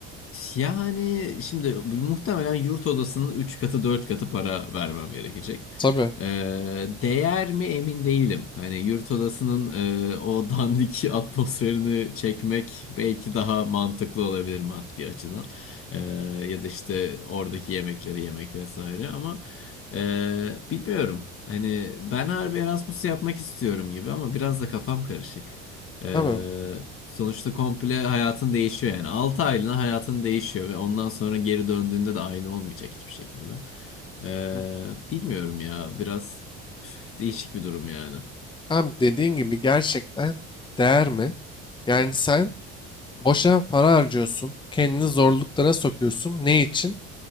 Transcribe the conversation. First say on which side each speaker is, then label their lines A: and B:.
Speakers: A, on the left; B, on the left.
A: Yani şimdi muhtemelen yurt odasının 3 katı 4 katı para vermem gerekecek.
B: Tabii.
A: Ee, değer mi emin değilim. Hani yurt odasının e, o dandik <laughs> atmosferini çekmek belki daha mantıklı olabilir maddi açıdan. Ee, ya da işte oradaki yemekleri yemek vesaire ama e, bilmiyorum. Hani ben harbi Erasmus yapmak istiyorum gibi ama biraz da kafam karışık. Ee,
B: Abi.
A: sonuçta komple hayatın değişiyor yani. altı aylığına hayatın değişiyor ve ondan sonra geri döndüğünde de aynı olmayacak hiçbir şekilde. Ee,
B: Hı.
A: bilmiyorum ya biraz püf, değişik bir durum yani.
B: Abi dediğin gibi gerçekten değer mi? Yani sen Boşa para harcıyorsun, kendini zorluklara sokuyorsun. Ne için?